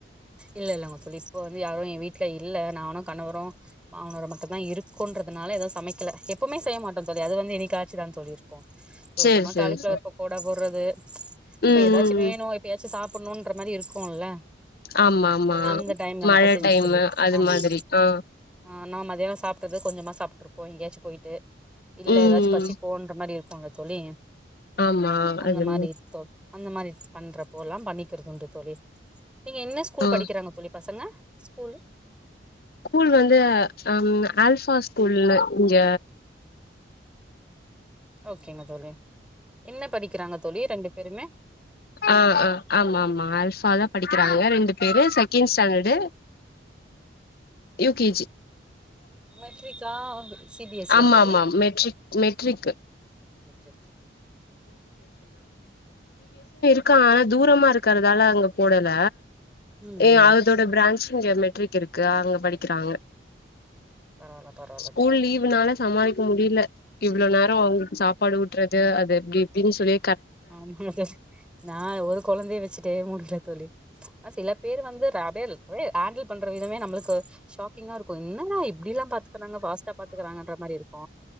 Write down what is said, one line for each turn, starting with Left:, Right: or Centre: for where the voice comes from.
Centre: இல்ல இல்லங்க தோழி இப்ப வந்து யாரு எ வீட்ல இல்ல நானு கணவரு மாமனாரு மட்டு தா இருக்கோன்ற அதனால எது சமைக்கல எப்போமே செய்ய மாட்டோ தோழி அது வந்து என்னிக்காச்சு தாங் தோழி கோ போ
Left: சரி
Centre: சும்மா
Left: சரி
Centre: காலிஃபிளவர்
Left: சரி
Centre: பக்கோடா போட்றது இப்ப
Left: ம்
Centre: எதாச்சு
Left: ம்
Centre: வேணு
Left: ம்
Centre: எப்பயாச்சு சாப் பண்ணுன்ற மாரி இருக்குல்ல
Left: ஆமா ஆமா
Centre: அந்த டைம்ல
Left: மழ
Centre: மட்டு செஞ்சுக்றது
Left: டைமு அது
Centre: ஆமாங்
Left: மாதிரி ஆ
Centre: ஆனா மதியானோ சாப்ட்டது கொஞ்சமா சாப்ட்ருப்போ எங்கேயாச்சு போய்ட்டு இல்ல
Left: ம்
Centre: எதாச்சு பசிக்குன்ற மாரி ப்பாங்க தோழி
Left: ஆமா
Centre: அந்த
Left: அது
Centre: மாரி தோ அந்த மாரி பண்றப்போல்லா பண்ணிக்கிறதுண்டு தோழி நீங்க என்ன ஸ்கூல்
Left: ஆ
Centre: படிக்கிறாங்க தோழி பசங்க ஸ்கூலு
Left: கூல் வந்து அம் ஆல்ஃபா ஸ்கூல்லு இங்க
Centre: ஓகேங்க தோழி என்ன படிக்கிறாங்க தோழி ரெண்டு பேருமே
Left: ஆ ஆ ஆமாமா ஆல்ஃபா தா படிக்கிறாங்க ரெண்டு பேரு second standard U K G
Centre: மெட்ரிக்கா சி பி எஸ் சி
Left: ஆமாமாம்
Centre: யா தோழி
Left: மெட்ரிக் மெட்ரிக்கு
Centre: செரி
Left: க்கா தூரமா இருக்கறதால அங்க போடல
Centre: ம்
Left: ஏ
Centre: ம்
Left: அதோட பிரான்ச் இங்க ஒரு மெட்ரிக் இருக்கு அங்க படிக்கிறாங்க
Centre: பரவால பரவால
Left: ஸ்கூல்
Centre: தோழி
Left: லீவுனால சமாளிக்க முடில இவ்ளோ நேரோ அவுங்களுக்கு சாப்பாடு ஊட்றது அது எப்டி இப்டின்சொல்லி
Centre: ஆமா சிஸ் நா ஒரு கொழந்தைய வச்சுட்டே முடில தோழி ஆ சில பேர் வந்து ரபேல் <unintelligible> ஆண்டில் பண்ற விதமே நம்ளுக்கு ஷாக்கிங்காருக்கு என்னடா இப்டில்லா பாத்துக்கறாங்க ஃபாஸ்ட்டா பாத்துக்கறாங்கன்ற மாரி இருக்கு